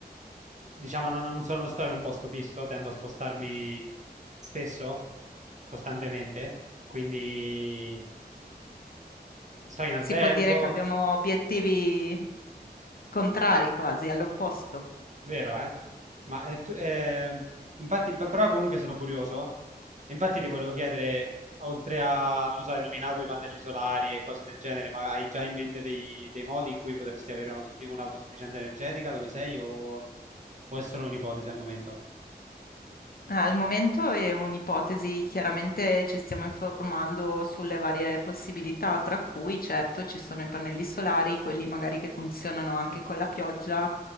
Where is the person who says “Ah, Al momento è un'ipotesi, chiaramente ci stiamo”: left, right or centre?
Left